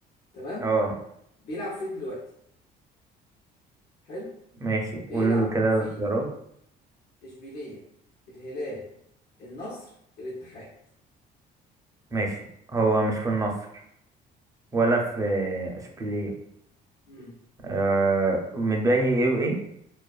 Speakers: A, on the left (about 65°); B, on the right (about 20°).
A: تمام
B: اه
A: بيلعب فين دلوقتي حلو
B: ماشي قول
A: بيلعب
B: كده
A: في
B: الاختيارات
A: اشبيليه الهلال النصر الاتحاد
B: ماشي هو مش في النصر ولا في اشبيليه
A: امم
B: آه متبقي ايه وايه؟